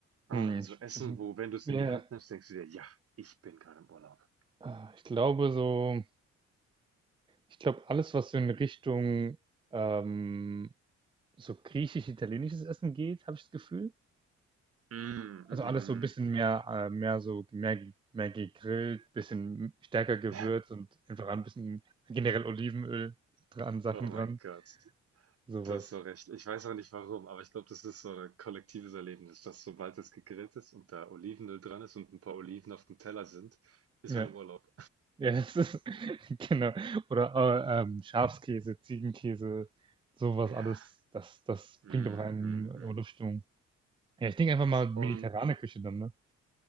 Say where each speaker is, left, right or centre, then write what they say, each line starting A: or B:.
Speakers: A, on the right; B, on the right.
A: Hm,
B: Ah,
A: ich,
B: so Essen,
A: ich,
B: wo, wenn du es
A: mir-
B: in die Hand nimmst, denkst du dir, ja, ich bin gerade im Urlaub.
A: ah, ich glaube so, ich glaube alles, was so in Richtung ähm, so griechisch-italienisches Essen geht, habe ich das Gefühl.
B: Mm,
A: Also
B: mhm.
A: alles so ein bisschen mehr, äh, mehr so, mehr, mehr gegrillt, bisschen stärker gewürzt
B: <laughs> Ja,
A: und einfach ein bisschen generell Olivenöl dran, Sachen
B: Oh mein
A: dran,
B: Gott,
A: sowas.
B: du hast so recht. Ich weiß auch nicht warum, aber ich glaube, das ist so ein kollektives Erlebnis, dass sobald es gegrillt ist und da Olivenöl dran ist und ein paar Oliven auf dem Teller sind, ist
A: Ja,
B: man im Urlaub.
A: ja, das ist, <laughs> genau. Oder äh, ähm, Schafskäse, Ziegenkäse, sowas
B: Ja,
A: alles, das, das
B: mm,
A: bringt auch einen
B: mm, mm.
A: Urlaubsstimmung. Ja, ich denke einfach mal mediterrane
B: Und
A: Küche dann, ne?